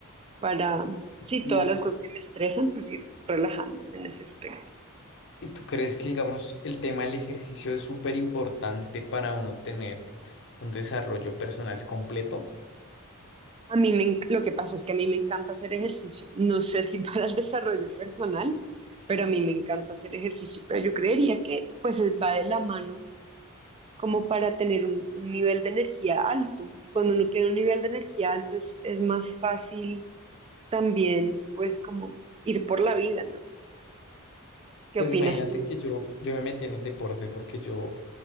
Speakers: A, on the right; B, on the left.
A: para, sí,
B: ¿Tú,
A: todas las cosas que me estresan, pues ir relajándome en ese aspecto.
B: ¿Y tú crees que, digamos, el tema del ejercicio es súper importante para uno tener un desarrollo personal completo?
A: A mí me, en- lo que pasa es que a mí me encanta hacer ejercicio. No sé si para el <laughs> desarrollo personal, pero a mí me encanta hacer ejercicio. Pero yo creería que pues es- va de la mano como para tener un, un nivel de energía alto. Y cuando uno tiene un nivel de energía alto es, es más fácil también pues como ir por la vida, ¿no? ¿Qué
B: Pues
A: opinas
B: imagínate
A: tú?
B: que yo, yo me metí en el deporte porque yo